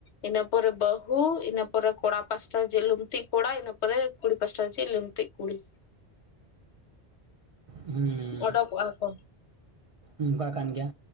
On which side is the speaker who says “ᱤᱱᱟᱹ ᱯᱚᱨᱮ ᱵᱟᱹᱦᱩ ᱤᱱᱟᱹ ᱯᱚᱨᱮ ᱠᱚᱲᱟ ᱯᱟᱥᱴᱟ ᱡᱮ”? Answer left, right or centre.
Left